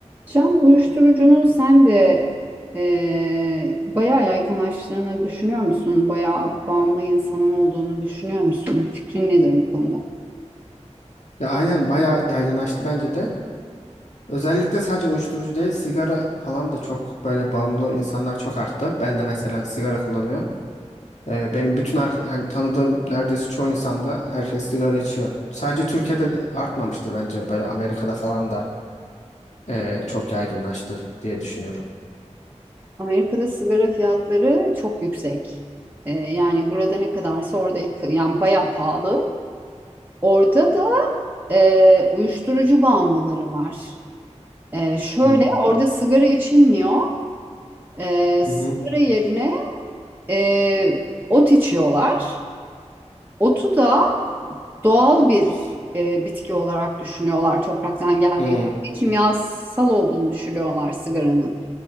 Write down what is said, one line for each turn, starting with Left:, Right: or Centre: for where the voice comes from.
Right: Can uyuşturucunun sen de eee bayağı yaygınlaştığını düşünüyor musun? Bayağı bağımlı insanın olduğunu düşünüyor musun? Fikrin nedir bu konuda?
Left: Ya aynen bayağı yaygınlaştı bence de. Özellikle sadece uyuşturucu değil, sigara falan da çok böyle bağımlı insanlar çok arttı. Ben de mesela sigara kullanıyorum. Ee, benim bütün ar- hani tanıdığım neredeyse çoğu insanda herkes sigara içiyor. Sadece Türkiye'de de artmamıştır bence böyle Amerika'da falan da ee, çok yaygınlaştı diye düşünüyorum.
Right: Amerika'da sigara fiyatları çok yüksek. Eee, yani burada ne kadarsa orada iki- yani bayağı pahalı. Orada da eee, uyuşturucu bağımlıları var. Eee, şöyle
Left: hı.
Right: orada sigara içilmiyor. Eee, sigara
Left: Hı hı.
Right: yerine eee, ot içiyorlar. Otu da doğal bir e, bitki olarak düşünüyorlar topraktan geldiği
Left: Hı
Right: için.
Left: hı.
Right: Kimyasal olduğunu düşünüyorlar sigaranın.